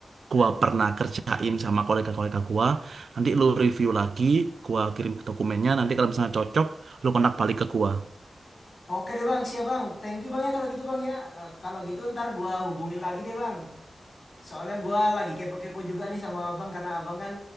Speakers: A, on the right; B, on the left.
A: gua pernah kerjain sama kolega-kolega gua. Nanti lu review lagi, gua kirim dokumennya. Nanti kalau misalnya cocok, lu kontak balik ke gua.
B: Oke deh bang, siap bang. Thank you bang ya kalau gitu bang ya. Eh, kalau gitu ntar gua hubungin lagi deh bang. Soalnya gua lagi kepo-kepo juga nih sama abang karena abang kan